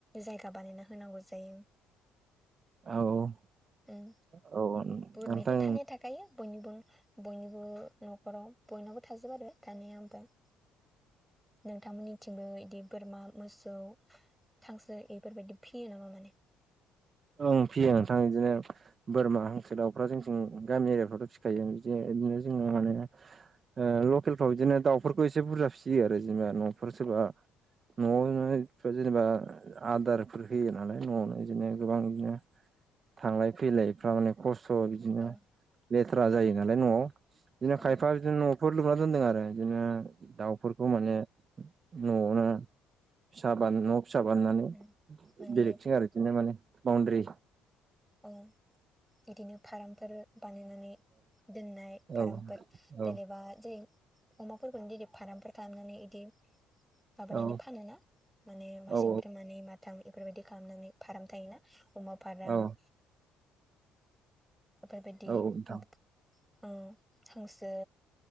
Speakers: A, in the centre; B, on the right (about 35°).
A: जायगा बानायना होनांगौ जायो।
B: औ
A: उम
B: औ नोंथां
A: बोरमायाथ' थानाया थाखायो बयनिबो बयनिबो न'खराव बयनावबो थाजोबा आरो दानिया ओमफाय नोंथांमोननिथिंबो इदि बोरमा मोसौ थांसो बेफोरबायदि फियो नामा माने?
B: ओं फियो नोंथां इदिनो बोरमा हांसो दाउफ्रा जोंथिं गामि एरियाफ्रावथ' फिखायो बिदि बिदिनो जोङो माने ओ लकेलफ्राव इदिनो दाउफोरखौ एसे बुरजा फिसियो आरो जेनेबा न'फोर सोरबा न'आवनो जेनेबा आदारफोर होयो नालाय न'आवनो इदिनो गोबां बिदिनो थांलाय फैलायफ्रा माने खस्थ' बिदिनो
A: औ
B: लेथ्रा जायो नालाय न'आव बिदिनो
A: औ
B: खायफा बिदिनो न' फोर लुना दोन्दों आरो इदिनो दाउफोरखौ माने न'आवनो फिसा बाना न' फिसा बानायनानै
A: माने
B: बेलेगथिं आरो इदिनो माने बाउनद्रि
A: अ बिदिनो फारामफोर बानायनानै दोननाय
B: औ
A: फारामफोर
B: औ औ
A: देनेबा जे अमाफोरखौनो दिनि फारामफोर खालामनानै इदि माबानानै
B: औ
A: फानो ना माने मासेनफ्राय
B: औ
A: मानै माथाम इफोरबायदि खालामनानै फाराम थायोना अमा फाराम
B: औ
A: फोरबायदि
B: औ नोंथां
A: अ हांसो